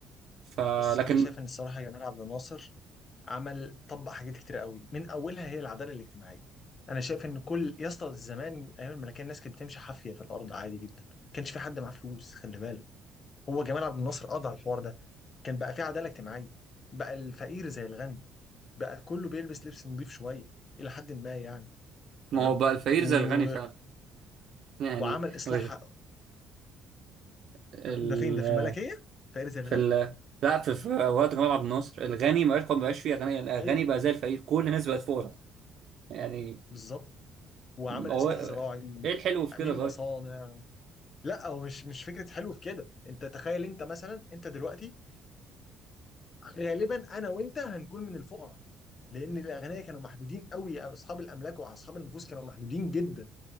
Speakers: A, on the right; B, on the left.
A: فلكن
B: بص انا شايف ان الصراحه جمال عبد الناصر عمل طبق حاجات كتير قوي من اولها هي العداله الاجتماعيه انا شايف ان كل يا اسطى زمان ايام الملكيه الناس كانت بتمشي حافيه في الارض عادي جدا ما كانش في حد معاه فلوس خلي بالك هو جمال عبد الناصر قضى على الحوار ده كان بقى في عداله اجتماعيه بقى الفقير زي الغني بقى كله بيلبس لبس نظيف شويه الى حد ما يعني تمام
A: ما هو بقى الفقير
B: و...
A: زي الغني فعلا يعني
B: وعمل اصلاح
A: ال... ال...
B: ده فين ده في الملكيه فقير زي الغني
A: في ال... لا في, في اوقات جمال عبد الناصر الغني ما بقاش ما بقاش فيه اغنياء
B: ايوه
A: الغني بقى زي الفقير كل الناس بقت فقراء يعني
B: بالظبط وعمل
A: هو
B: اصلاح زراعي
A: ايه الحلو في
B: وتامين
A: كده طيب
B: مصانع لا هو مش مش فكره حلو في كده انت تخيل انت مثلا انت دلوقتي غالبا انا وانت هنكون من الفقراء لان الاغنياء كانوا محدودين قوي اصحاب الاملاك واصحاب النفوس كانوا محدودين جدا